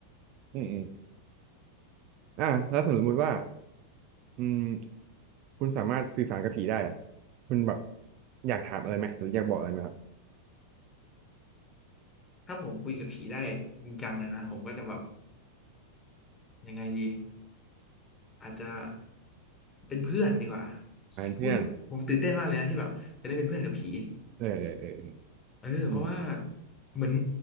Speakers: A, on the right; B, on the left.
A: อืมอืมอ่าแล้วสมมติว่าอืมคุณสามารถสื่อสารกับผีได้อะคุณแบบอยากถามอะไรไหมหรืออยากบอกอะไรไหมครับ
B: ถ้าผมคุยกับผีได้จริงจังเลยนะผมก็จะแบบยังไงดีอาจจะเป็นเพื่อนดีกว่า
A: อ่าเป็นเพื่อน
B: พูดผมตื่นเต้นมากเลยนะที่แบบจะได้เป็นเพื่อนกับผี
A: เออเออเออ
B: เออเพราะว่า
A: อืม
B: เหมือน